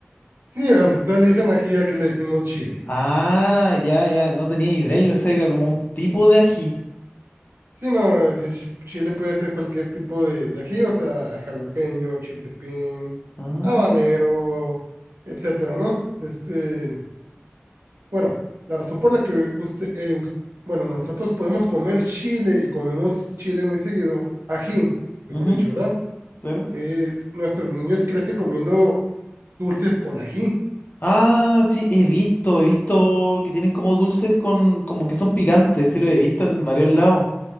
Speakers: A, on the right; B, on the left.
A: Sí, o sea, ustedes le dicen ají a que le decimos chile.
B: Ah, ya, ya, no tenía idea. Yo pensé que era como un tipo de ají.
A: Sí, no, es que chi- chile puede ser cualquier tipo de, de ají, o sea, jalapeño, chiltepín,
B: Ah,
A: habanero, etcétera, ¿no? Este, bueno, la razón por la que usted, eh, us- bueno, nosotros podemos comer chile y comemos chile muy seguido, ají, mejor
B: ujú,
A: dicho, ¿verdad?
B: claro.
A: Es, nuestros niños crecen comiendo dulces con ají.
B: Ah, sí, he visto, he visto que tienen como dulces con, como que son picantes. Sí, lo he visto en varios lados.